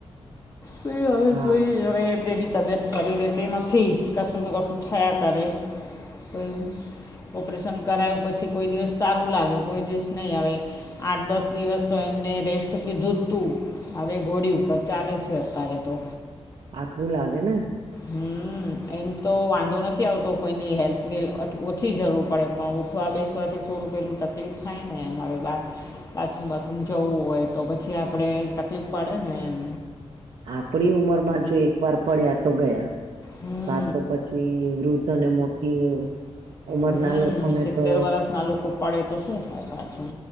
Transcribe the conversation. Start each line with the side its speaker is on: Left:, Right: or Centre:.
Left: તો હવે
Right: હા
Left: જોઈ એ હવે તેદિ. તબિયત શરીરે તે નથી કશું ને કશું થયા કરે તો એવું. ઓપરેશન કરાવું પછી કોઈ દિવસ સારું લાગે કોઈ દિવસ નહીં આવે. આઠ દસ દિવસ તો એમને રેસ્ટ કીધું જ તું. હવે ઘોડી ઉપર ચાલે છે અત્યારે તો.
Right: આકરું લાગે ને.
Left: હમ એમ તો વાંધો નથી આવતો કોઈની હેલ્પની અ ઓછી જરૂર પડે પણ ઉઠવા બેસવાથી થોડું પેલું તકલીફ થાય ને એમ હવે બાર બાથરૂમ બાથરૂમ જવું હોય તો પછી આપણે તકલીફ પડે ને એમ
Right: આપણી ઉંમર માં જો એક વાર પડ્યા તો ગયા
Left: હમ.
Right: આ તો પછી વૃદ્ધ ને મોટી ઉંમરના
Left: હમ
Right: લોકોને
Left: સિત્તેર
Right: તો
Left: વરસ ના લોકો પડે તો શું થાય પાછું